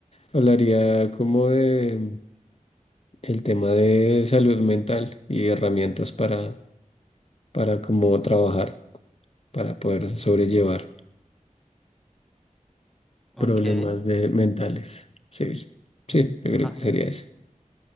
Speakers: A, on the left; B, in the centre.
A: Hablaría como de el tema de salud mental y herramientas para, para cómo trabajar, para poder sobrellevar
B: Ok.
A: problemas de mentales. Sí, sí, yo creo
B: Ah,
A: que sería
B: ya.
A: ese.